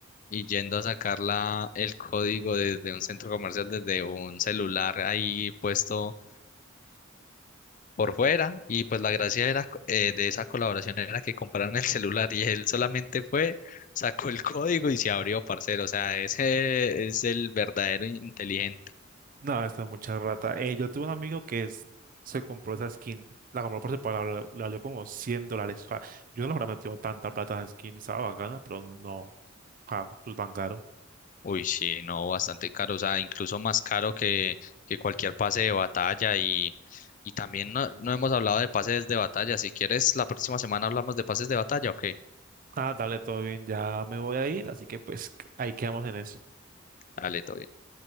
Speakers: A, on the left; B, on the right.
A: y yendo a sacar la, el código desde un centro comercial, desde un celular ahí puesto por fuera y pues la gracia era, eh, de esa colaboración era que compraron el celular y él solamente fue, sacó el <laughs> código y se abrió, parcero, o sea, ese es el verdadero inteligente.
B: No, esta es mucha rata. Eh, yo tuve un amigo que es- se compró esa skin. La compró por separado, le valió como 100 dólares. O sea, yo no le habría metido tanta plata a esa skin. Estaba bacana, pero no. Ah, pues tan caro.
A: Uy, sí, no, bastante caro, o sea, incluso más caro que, que cualquier pase de batalla y, y también no, no hemos hablado de pases de batalla, si quieres la próxima semana hablamos de pases de batalla o qué,
B: Ah, dale, todo bien, ya me voy a ir, así que pues ahí quedamos en eso.
A: dale, todo bien.